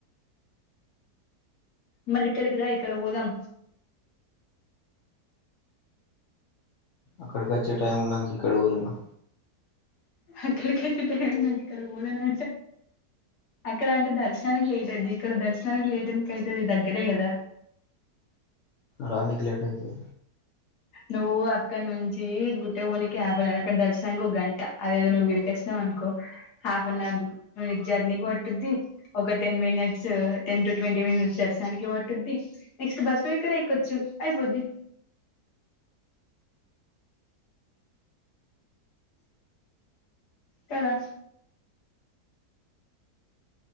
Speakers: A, on the left; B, on the left.
A: మరి ఇక్కడికి రా ఇక్కడ పోదాం
B: అక్కడికి అచ్చే టైం ఉన్నాక ఇక్కడ పోలేనా
A: అక్కడికైతే టైం ఇక్కడ పోలేన అక్కడ అంటే దర్శనానికి లేట్ అయిది ఇక్కడ దర్శనానికి లేట్ ఎందుక అయితది దగ్గరే కదా
B: రానికి లేట్ అయతది
A: నువ్వు అక్కడ నుంచి గుట్టే పోనికి హాఫ్ అన్ అవర్ అక్కడ దర్శనానికి ఒక గంట అదేదో నువ్వు ఇక్కడికి వచ్చినావ్ అనుకో హాఫ్ అన్ అవర్ జర్నీకి పట్టుది ఒక ten minutes ten to twenty minutes దర్శనానికి పటుద్ది నెక్స్ట్ బస్ లో ఇక్కడ ఎయిక్కొచ్చు అయిపోద్ది కదా